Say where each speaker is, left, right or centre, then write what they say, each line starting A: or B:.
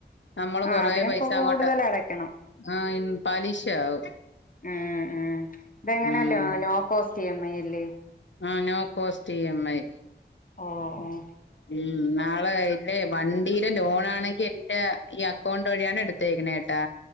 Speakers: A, on the left (about 80°); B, on the left (about 45°).
A: നമ്മള്
B: ആ
A: കൊറേ
B: അതിനൊക്കെ
A: പൈസ അങ്ങോട്ട്
B: കൂടുതൽ അടക്കണം
A: ആഹ് ഇന്ന് പലിഷാവും
B: ഉം ഉം ഇതെങ്ങനെയല്ലോ
A: ഉം
B: no cost E M I ല്ല്
A: ആ no cost E M I
B: ഓഹ് ഓഹ്
A: ഉം നാളെ ഇല്ലെ വണ്ടീയിലെ ലോണാ ആണെങ്കി എന്റെ ഈ ക്കൗണ്ട് വഴിയാണ് എടുത്തേക്കണേട്ടാ